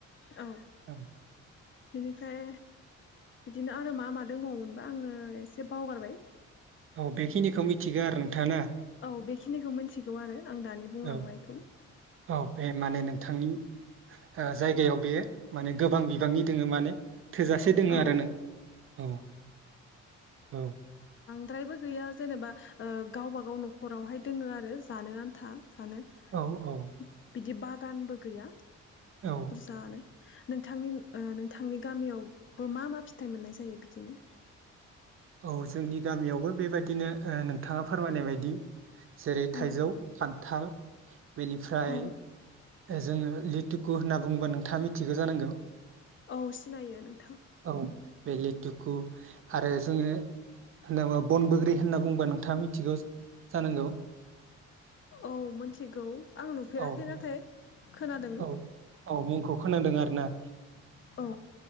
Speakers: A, on the left; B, on the right.
A: औ।
B: औ
A: बिनिफ्राय बिदिनो आरो मा मादोंबावोमोनबा आङो एसे बावगारबाय
B: औ बेखिनिखौ मिथिगौ आरो नोंथाङा ना
A: औ बेखिनिखौ मिथिगौ आरो आं दानि बुंलांनायखौ
B: औ औ बे माने नोंथांनि‌ ओ जायगायाव बे माने गोबां बिबांनि दङो माने थोजासे दङो
A: औ
B: आरोना औ औ
A: द्रायबो गैया जेनेबा गावबागाव न'खरावहाय दंङो आरो जानो आन्था <inaudible>
B: औ औ
A: बिदि बागानबो गैया
B: औ
A: जानो नोंथांनि नोंथांनि गामियाव मा मा फिथाइ मोननाय जायो बिदिनो
B: औ जोंनि गामियावबो बेबायदिनो नोंथाङा फोरमायनाय बायदि जेरै
A: औ
B: थाइजौ खान्थाल बेनिफ्राय
A: औ
B: जोङो लिटुकु होनना बुङोबा नोंथाङा मिथिगौ जानांगौ
A: औ सिनायो नोंथां
B: औ बे लेथुकु आरो जोंङो होनाबा बन बग्रि होनना बुंङोबा नोंथांङा मिथिगौ जानांगौ
A: औ मिथिगौ आं नुफेराखै
B: औ बे
A: नाथाय खोनादों
B: औ औ मुंखौ खोनादों आरो ना
A: औ